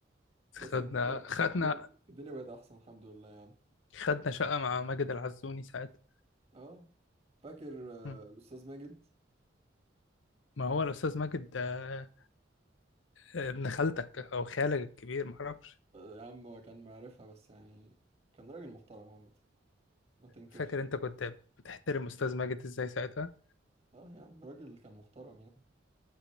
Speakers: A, on the left; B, on the right.
A: خدنا
B: بس الدنيا
A: خدنا
B: الدنيا بقت احسن الحمد لله يا عم
A: خدنا شقة مع ماجد العزوني ساعتها
B: اه فاكر آه،
A: مم.
B: الأستاذ ماجد
A: ما هو الأستاذ ماجد آه، آه، ابن خالتك أو خالك الكبير معرفش
B: آه، يا عم هو كان معرفها بس يعني كان راجل محترم عامة ما تنكرش
A: فاكر أنت كنت بتحترم أستاذ ماجد إزاي ساعتها؟
B: اه يا عم راجل كان محترم يعني